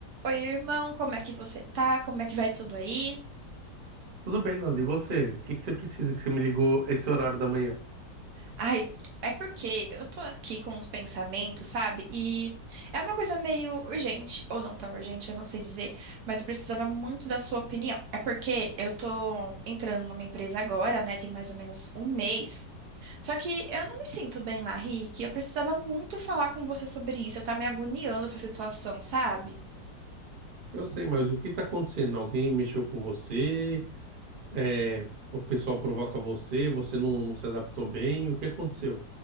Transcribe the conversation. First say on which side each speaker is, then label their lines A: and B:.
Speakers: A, on the right; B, on the right.
A: Oi, irmão, como é que você tá? Como é que vai tudo aí?
B: Tudo bem, Nando. E você? O que que você precisa que você me ligou esse horário da manhã?
A: Ai, é porque eu tô aqui com uns pensamentos, sabe? E é uma coisa meio urgente, ou não tão urgente, eu não sei dizer, mas eu precisava muito da sua opinião. É porque eu tô entrando numa empresa agora, né? Tem mais ou menos um mês. Só que eu não me sinto bem lá, Rick. Eu precisava muito falar com você sobre isso. Eu tá me agoniando essa situação, sabe?
B: Eu sei, mas o que está acontecendo? Alguém mexeu com você? É, o pessoal provoca você? Você não, não se adaptou bem? O que aconteceu?